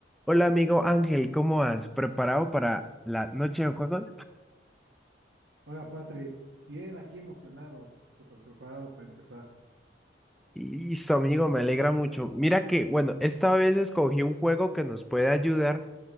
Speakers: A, in the centre; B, on the right.
A: Hola amigo Ángel, ¿cómo has preparado para la noche de juego?
B: Hola, Patrick. Bien, aquí emocionado, súper preparado para empezar.
A: Listo amigo, me alegra mucho. Mira que, bueno, esta vez escogí un juego que nos puede ayudar